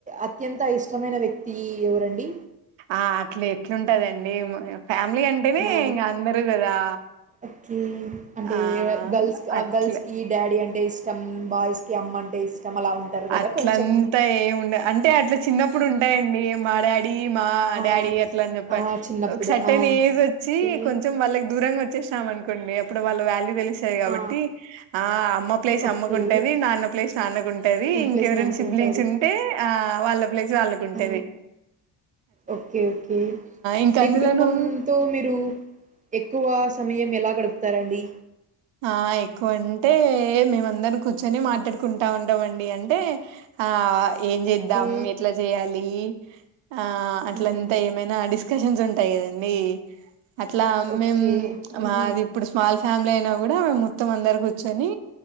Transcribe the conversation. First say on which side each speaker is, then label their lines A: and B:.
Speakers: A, on the right; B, on the right.
A: అత్యంత ఇష్టమైన వ్యక్తి ఎవరండి
B: ఆ అట్లా ఎట్లుంటదండి ఫ్యామిలీ అంటేనే
A: ఆ
B: ఇంగ అందరు కదా
A: ఓకే అంటే
B: ఆ
A: గర్ల్స్
B: అట్ల
A: గర్ల్స్ కి డాడీ అంటే ఇష్టం బాయ్స్ కి అమ్మ అంటే ఇష్టం అలా ఉంటారు కదా
B: అట్లంతా
A: కొంచెం
B: ఏముండ అంటే అట్లా చిన్నప్పుడు
A: హ్మ్.
B: ఉంటాయండి మాడే రీ మా
A: ఆ
B: డాడీ అట్లా అని చెప్ప
A: ఆ చిన్నప్పుడు
B: ఒక సటన్
A: ఆ
B: ఏజ్ వచ్చి
A: ఓకే
B: కొంచెం వాళ్ళకి దూరంగా వచ్చ చేనామ్ అనుకోండిప్పుడు వాళ్ళ వ్యాల్యూ వె కాబట్టి
A: ఆ
B: ఆ అమ్మ ప్లేస్
A: ఓకే
B: అమ్మకు ఉంటది నాన్న ప్లేస్ నాన్నకు ఉంటు యి
A: మన
B: ఇంకెవరైనా
A: ప్లేస్ మనకుంటది
B: సిబ్లింగ్స్ ఉంటే ఆ వాళ్ళ ప్లేస్ వాళ్ళకుంటది
A: ఆ ఓకే ఓకే
B: ఇంక
A: మీ
B: అందులోనూ
A: కుటుంబంతో మీరు ఎక్కువ సమయం ఎలా గడుపుతారండి
B: ఆ ఎక్కువ అంటే మేమందరం కూర్చొని మాట్లాడుకుంటా ఉంటామండి అంటే ఆ ఏం చేద్దాం
A: ఓకే
B: ఎట్లా చేయాలి ఆ అట్లంతా
A: హ్మ్.
B: ఏమైనా డిస్ స్కషన్స్ ఉంటాయి కదండీ అట్లా
A: ఓకే.
B: మేం
A: ఆహా!
B: మాది ఇప్పుడు స్మాల్ ఫ్యామిలైనా కూడా మొత్తం అందరు కూర్చొని